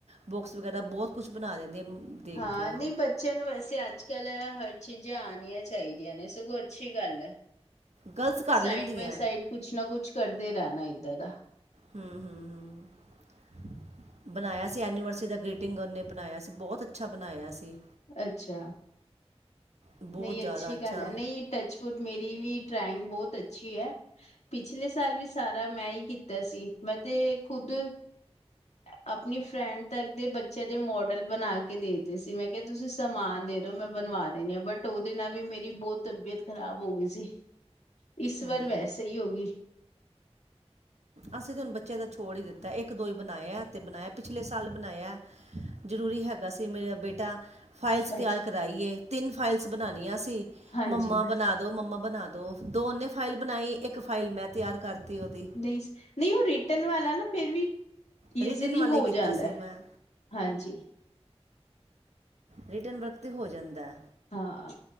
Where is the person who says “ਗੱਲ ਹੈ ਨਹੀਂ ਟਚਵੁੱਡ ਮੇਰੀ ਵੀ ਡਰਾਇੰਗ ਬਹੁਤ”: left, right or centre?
Left